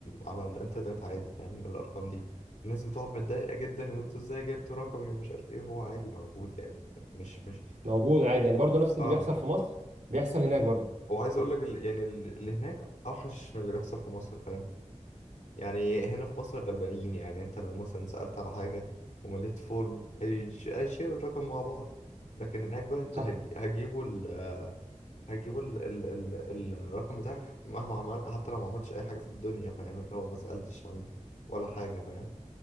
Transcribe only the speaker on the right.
موجود عادي يعني برضه نفس
اللي بيحصل في مصر بيحصل هناك برضه
صح